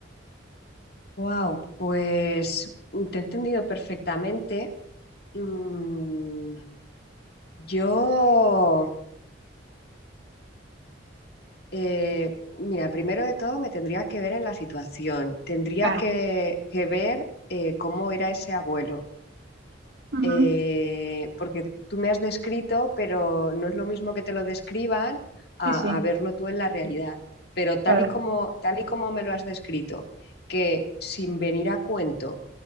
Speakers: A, on the left; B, on the right.
A: Wow, pues te he entendido perfectamente. Mm, yo. Eh, mira, primero de todo me tendría que ver en la situación, tendría
B: Claro,
A: que, que ver eh, cómo era ese abuelo,
B: Ujú.
A: Eh, porque tú me has descrito, pero no es lo mismo que te lo describan a,
B: sí, sí,
A: a verlo tú en la realidad. Pero tal
B: claro.
A: y como, tal y como me lo has descrito, que sin venir a cuento